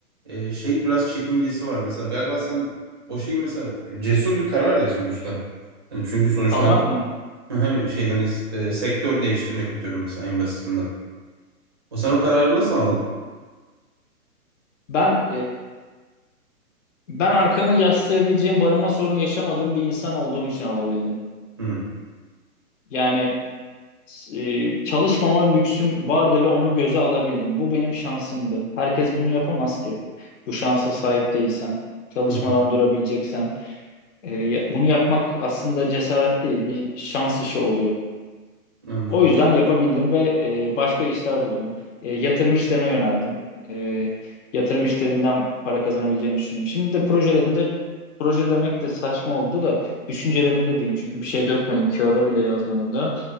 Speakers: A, on the right; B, on the left.
A: e, şey biraz çekingesi var. Mesela galiba sen o şey mesela cesur bir karar ya sonuçta. Hani çünkü sonuçta
B: Salmak mı?
A: ben <laughs> şey hani e, sektör değiştirmek atıyorum mesela en basitinden. O sen o kararı nasıl aldın?
B: Ben Ben arkamı yaslayabileceğim barınma sorunu yaşamadığım bir insan olduğum için alabildim.
A: Hı.
B: Yani e, çalışmama lüksüm vardı ve onu göze alabildim. Bu benim şansımdı. Herkes bunu yapamaz ki. Bu şansa sahip değilsen, çalışmadan
A: Hı hı.
B: durabileceksen. E, ya- bunu yapmak aslında cesaret değil, bir şans işi oluyor.
A: Anladım.
B: O yüzden yapabildim ve e, başka işler buldum. E, yatırım işlerine yöneldim. E, yatırım işlerinden para kazanabileceğimi düşündüm. Şimdi de projelerimde proje demek de saçma oldu da düşüncelerimde diyeyim. Çünkü bir şey dökmedim, kağıda bile yazmadım da.